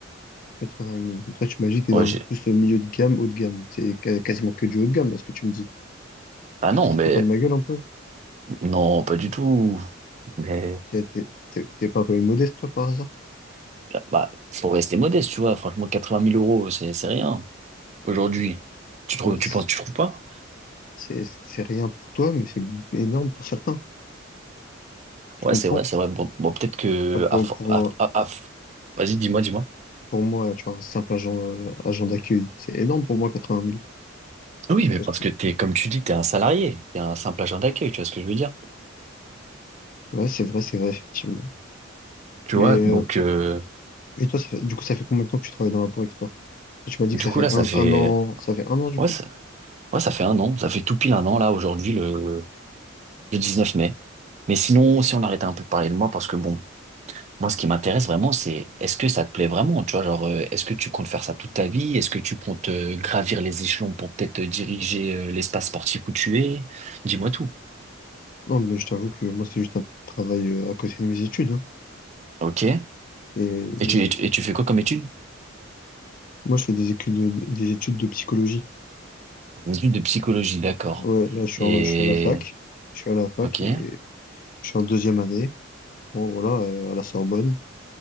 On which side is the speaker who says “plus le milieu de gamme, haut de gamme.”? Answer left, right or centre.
Left